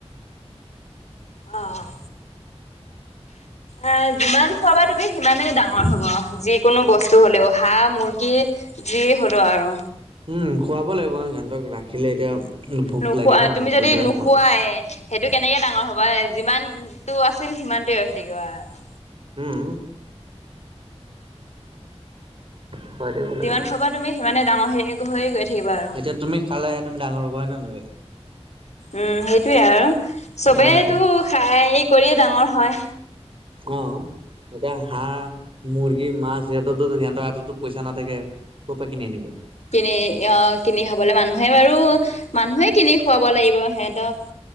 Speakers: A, on the left; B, on the right.
A: অ', আহ, যিমান খোৱাবা তুমি সিমানেই ডাঙৰ হ'ব, যিকোনো বস্তু হলেও হাঁহ মুৰ্গী। যি হ'লেও আৰু।
B: উম, খুৱাব লাগিব আৰু সিহঁতক ৰাখিলে এতিয়া ভোক
A: নোখোৱা
B: লাগে ন
A: তুমি যদি
B: তেতিয়া
A: নোখোৱাই।
B: খোৱা
A: সেইটো কেনেকে ডাঙৰ হ'ব, যিমানতটো আছিল সিমানটোে হৈ থাকিব।
B: উম। খুৱাই থাকিব লাগে।
A: যিমান খুৱাব তুমি সিমানে ডাঙৰ হৈ হৈ গৈ থাকিবা আৰু।
B: এতিয়া তুমি খালে তুমি ডাঙৰ হ'বা হয় নে নহয়?
A: উম সেইটোয়ে আৰু চবেইতো
B: উম।
A: খাই কৰিয়ে ডাঙৰ হয়।
B: অ', এতিয়া হাঁহ মুৰ্গী মাছ সিহঁতৰো সিহঁতৰ হাতত পইচা নাথাকে ক'ৰপ পৰা কিনি আনিব।
A: কিনি অ', কিনি খাবলৈ মানুহে বাৰু মানুহে কিনি খুৱাব লাগিব সিহঁতক।